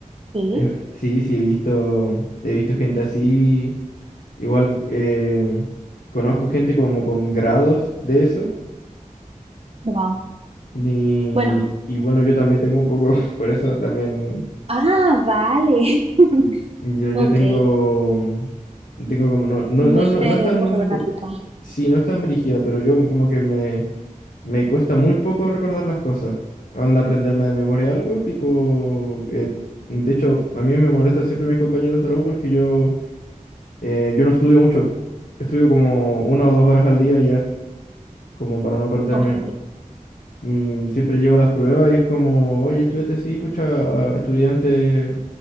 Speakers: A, on the right; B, on the left.
A: sí,
B: Eh, Sí, sí, he visto, he visto gente así. Igual eh, conozco gente como con grados de eso.
A: wow.
B: Y,
A: Bueno,
B: y bueno, yo también tengo un poco, <laughs> por eso también
A: ah, vale. <laughs>
B: y- yo, yo
A: Ok,
B: tengo, mm, tengo como, no, no,
A: mente
B: no, no, no es tan,
A: fotográfica.
B: br- sí, no es tan brígido, pero yo como que me, Me cuesta muy poco recordar las cosas. Anda aprenderme de memoria algo, tipo... eh, de hecho, a mí me molestan siempre mis compañeros de la U porque yo, eh, yo no estudio mucho. Estudio como una o dos horas al día ya, como para no perderme.
A: Ok.
B: Y siempre llego a las pruebas y es como, oye, estudiante, sí, pucha, estudiante,